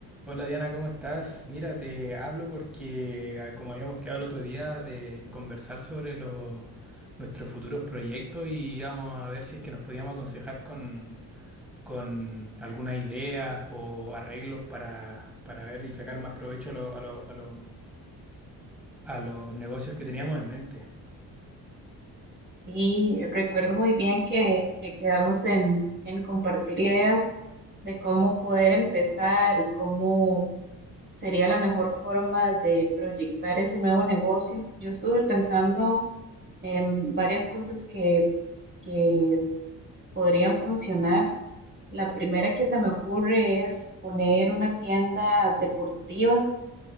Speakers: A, in the centre; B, on the right.
A: Hola Diana, ¿cómo estás? Mira, te hablo porque, ah, como habíamos quedado el otro día, de conversar sobre los, nuestros futuros proyectos y vamos a ver si es que nos podíamos aconsejar con, con algunas ideas o arreglos para, para ver y sacar más provecho a, lo- a, lo- a lo- a los negocios que teníamos en mente.
B: Sí, recuerdo muy bien que, que quedamos en, en compartir ideas de cómo poder empezar y cómo sería la mejor forma de proyectar ese nuevo negocio. Yo estuve pensando en varias cosas que, que podrían funcionar. La primera que se me ocurre es poner una tienda deportiva